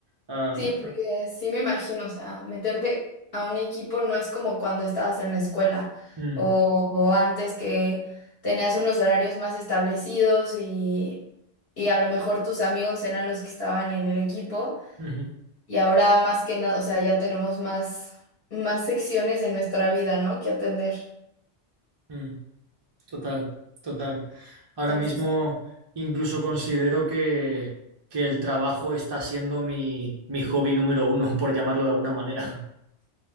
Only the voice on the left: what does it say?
Sí, porque sí me imagino, o sea, meterte a un equipo no es como cuando estabas en la escuela
o, o antes que tenías unos horarios más establecidos y, y a lo mejor tus amigos eran los que estaban en el equipo.
Y ahora más que nada, o sea, ya tenemos más, más secciones en nuestra vida, ¿no? Que atender.
Entonces,